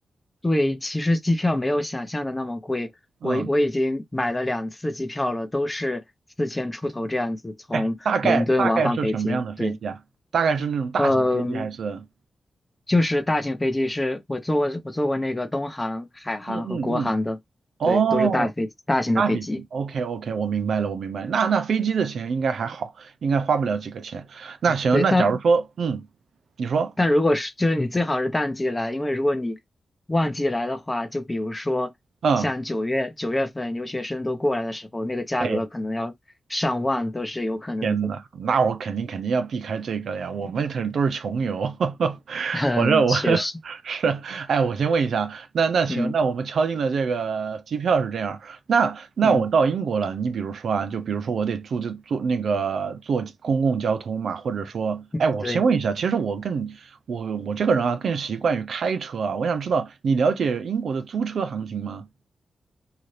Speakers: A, on the left (about 20°); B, on the right (about 75°).
A: 对，其实机票没有想象的那么贵，
B: 嗯，
A: 我我已经买了两次机票了，都是四千出头这样子，从伦敦往返北京。
B: 哎，大概大概是什么样的飞机啊？
A: 对，
B: 大概是那种大型飞机还是？
A: 嗯，就是大型飞机是我坐过，我坐过那个东航、海航和国航的，
B: 嗯嗯嗯，哦，
A: 对，都是大飞大型的飞机。
B: 大飞机，OK OK，我明白了，我明白了那那飞机的钱应该还好，应该花不了几个钱。那行，
A: 对，
B: 那假如说，
A: 但
B: 嗯，你说，
A: 但如果是就是你最好是淡季来，因为如果你旺季来的话，就比如说像九月九月份留学生都过来的时候，
B: 嗯。
A: 那个价格可能要上万都是有可能的。
B: 哎。天呐，那我肯定肯定要避开这个了呀！我们可都是穷游，<laughs>
A: <laughs> 嗯，
B: 我这我
A: 确实，
B: <laughs> 是，哎，我先问一下，那那行，
A: 嗯
B: 那我们敲定了这个机票是这样，那那我到英国了，
A: 嗯，
B: 你比如说啊，就比如说我得住就坐那个坐公共交通嘛，或者说，
A: 嗯，
B: 哎，我先问一下，
A: 对，
B: 其实我更我我这个人啊更习惯于开车啊，我想知道你了解英国的租车行情吗？